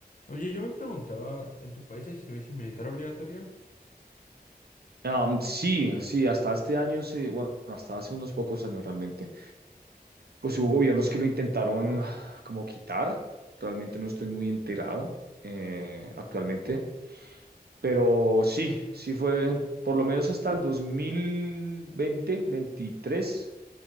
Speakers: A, on the left; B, on the right.
A: Oye, yo me preguntaba, ¿en tu país hay servicio militar obligatorio?
B: Am, sí, sí, hasta este año, se- bueno, hasta hace unos pocos años realmente, pues hubo gobiernos que lo intentaron como quitar, realmente no estoy muy enterado eh, actualmente, pero sí, sí fue, por lo menos hasta el 2020, 23,